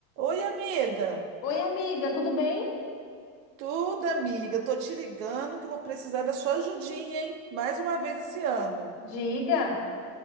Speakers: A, on the right; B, on the left.
A: Oi, amiga.
B: Oi, amiga, tudo bem?
A: Tudo, amiga. Tô te ligando que eu vou precisar da sua ajudinha, hein? Mais uma vez esse ano.
B: Diga.